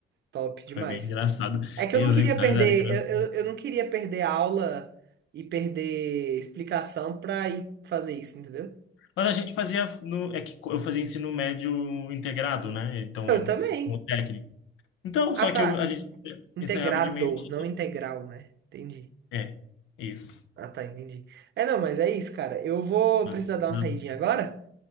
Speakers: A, on the right; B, on the left.
A: Top demais.
B: Foi bem engraçado.
A: É que
B: E
A: eu não
B: os
A: queria
B: ensaios
A: perder,
B: eram engraçados.
A: eu, eu, eu não queria perder aula e perder explicação pra ir fazer isso, entendeu?
B: Mas a gente fazia, no, é que eu fazia ensino médio integrado, né? Então,
A: Eu
B: em,
A: também.
B: com o técnico. Então,
A: Ah,
B: só
A: tá.
B: que eu- a
A: in-
B: gente
A: Integrador,
B: ensaiava de meio-dia.
A: não integral, né? Entendi.
B: É, isso.
A: Ah, tá, entendi. É, não, mas é isso, cara. Eu vou
B: Mas,
A: precisar dar uma
B: não.
A: saidinha agora,